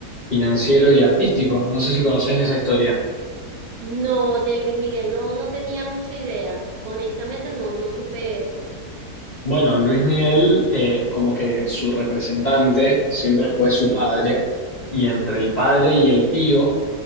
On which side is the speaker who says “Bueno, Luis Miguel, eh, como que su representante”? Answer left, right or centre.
Left